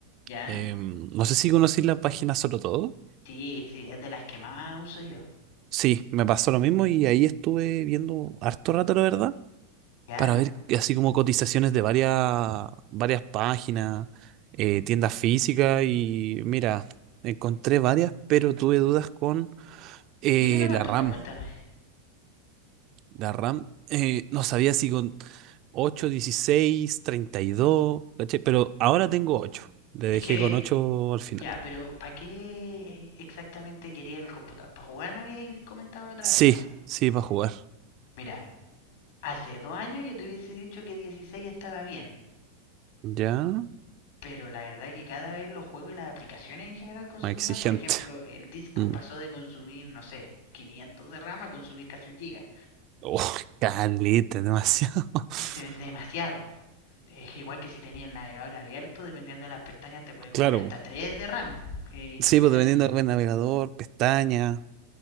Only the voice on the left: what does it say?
¿Ya?
Sí, sí, es de las que más uso yo.
¿Ya?
Dime nomás
tú,
pregúntame.
Es
que,
ya, pero ¿para qué exactamente quería el computador? ¿Para jugar me habías comentado la otra
vez, o no?
Mira, hace dos años yo te hubiese dicho que 16 estaba bien.
Pero la verdad que cada vez los juegos y las aplicaciones en general consumen
más. Por ejemplo, el Discord
pasó de consumir, no sé, 500 de RAM a consumir casi un giga.
Es demasiado. Es igual que si tenías el navegador abierto, dependiendo de las pestañas, te puede comer
hasta
3 de RAM. Es impresionante.